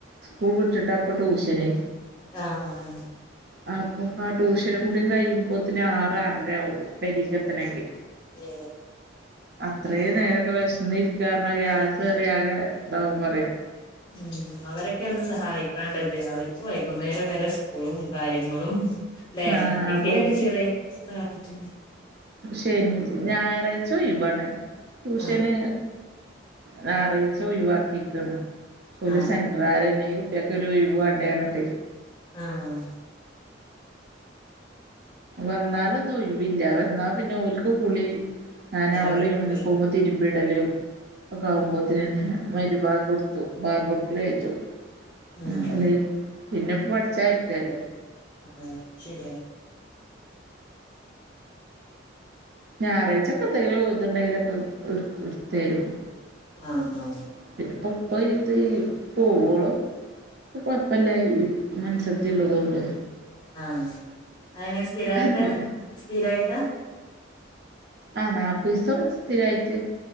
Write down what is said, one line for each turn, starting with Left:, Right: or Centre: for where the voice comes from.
Right: സ്കൂൾ വിട്ട് ഇപ്പൊ ട്യൂഷന്
Left: ആഹ ആഹ്
Right: അർക്കും ആ ട്യൂഷനും കൂട കഴിയുമ്പോത്തെ ആറ് അറര ആകും പരകത്തണങ്കി
Left: ഏ
Right: അത്രയും നേരൊക്കെ വിഷന് ഇരിക്കാരണം ഗ്യാസ് റിയ ആകെ ഇതാവും പറ
Left: ഉം അവരൊക്കെ ഒന്ന് സഹായിക്കേണ്ടത് അവർ വൈകുന്നേരം വരെ സ്കൂളും കാര്യങ്ങളും അല്ലെ
Right: ആ
Left: എതെങ്കിലൊക്കെ
Right: അപ്പൊ
Left: ചെറേ സാധന
Right: ശെ ഞായറാഴ്ച ഒയവാണ് ട്യൂഷന്
Left: ആ
Right: ഞായറാഴ്ച ഒഴിവാക്കിക്കാണ് ഓല്
Left: ആ
Right: സാ ഇാര എന്ന ഈ കുട്ടിയൊക്ക ഒരു ഒഴിവ് വേണ്ടേ പറഞ്ഞിട്ട്
Left: ആഹ
Right: വന്നാലൊന്നും ഒഴിവില്ല വന്നാ പിന്നെ ഒല്ക്ക് കുളി നന
Left: ഓലെ
Right: ഓലോ
Left: പഠിപ്പ്
Right: യൂണിഫോമ തിരുമ്പിടലും ഒക്കെ ആവുമ്പോത്തന്നനെ മഗ്‌രിബ്ബാങ്ക് കൊടുത്തു ബാങ്ക് കൊടുക്കൽ കയ്യും
Left: ഉം
Right: ആ അല്ലെ പിന്നെ പഠിച്ചായിരിക്കല്ലേ
Left: ആഹ് ശരിയാണ്
Right: ഞായറാഴ്ചൊക്കെ എന്തെങ്കിലും ഇതുണ്ടെങ്കിലും ക്കെ എടുത്തരും
Left: ആഹ ആഹ
Right: പിന്നെ പപ്പ പ്പ ഇത് പോവോളോ കൊഴപ്പല്ല ഈ മന്സത്തി ഉള്ളതൊണ്ട്
Left: ആഹ് അയ്ന സ്ഥിരായിട്ടാ
Right: അറിഞ്ഞ്
Left: സ്ഥിരായിട്ടാ
Right: ആഹ് നാല്പ്പയിസം സ്ഥിരായ്ട്ട്